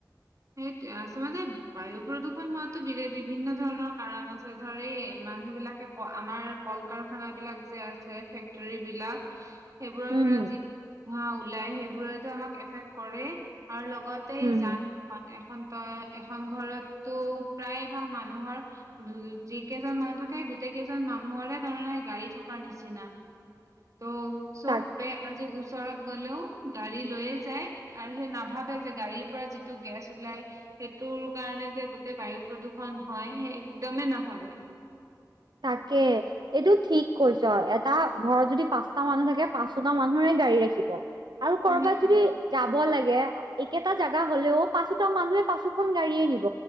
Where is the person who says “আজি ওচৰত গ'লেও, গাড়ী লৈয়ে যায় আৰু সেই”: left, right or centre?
Right